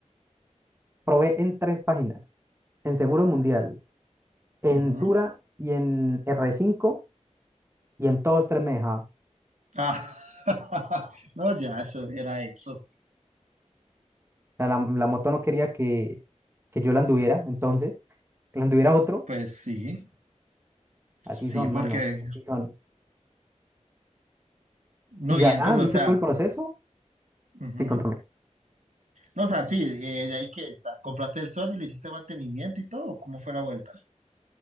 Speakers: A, on the right; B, on the right.
A: probé en tres páginas, en Seguro Mundial, en
B: Ujú.
A: Sura y en r cinco y en todos tres me dejaba. O
B: Ah, <laughs> no, ya, eso era eso.
A: sea, la, la moto no quería que, que yo la anduviera, entonces, que la anduviera otro.
B: Pues sí, sí,
A: Así son,
B: porque.
A: mano, así son.
B: No,
A: Y ya
B: y entonces,
A: ah, me
B: o
A: hice
B: sea,
A: todo el proceso.
B: ujú.
A: Sí, contame.
B: No, o sea, sí, eh, de ahí que sa- compraste el sol y le hiciste mantenimiento y todo. ¿Cómo fue la vuelta?